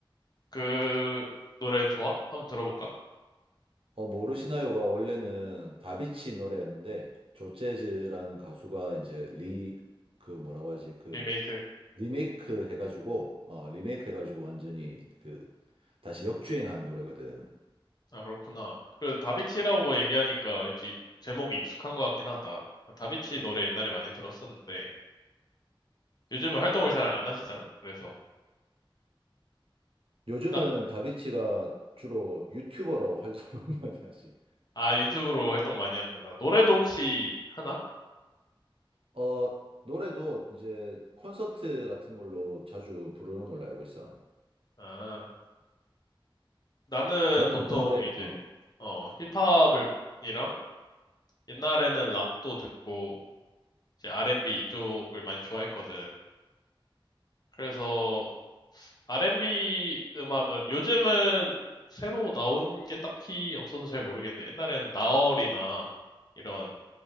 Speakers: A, on the left; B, on the right.
A: 그 노래 좋아? 한번 들어볼까?
B: 어, 모르시나요가 원래는 다비치 노래였는데 조재즈라는 가수가 이제 리 그 뭐라고 하지 그
A: 리메이크.
B: 리메이크 해가지고 어 리메이크 해가지고 완전히 그 다시 역주행한 노래거든.
A: 아, 그렇구나. 그 다비치라고 얘기하니까 왠지 제목이 익숙한 것 같긴 하다. 다비치 노래 옛날에 많이 들었었는데 요즘은 활동을 잘 안 하시잖아? 그래서
B: 요즘은
A: 나,
B: 다비치가 주로 유튜버로 <laughs> 활동을 많이 하지.
A: 아, 유튜브로 활동 많이 하는구나. 노래도 혹시 하나?
B: 어, 노래도 이제 콘서트 같은 걸로 자주 부르는 걸로 알고 있어.
A: 아, 나는
B: 너는
A: 보통
B: 어떤 노래?
A: 이제
B: 어,
A: 어, 힙합을 이랑 옛날에는 락도 듣고 이제 R&B 이쪽을 많이 좋아했거든. 그래서 R&B 음악은 요즘은 새로 나온 게 딱히 없어서 잘 모르겠는데 옛날에는 나얼이나 이런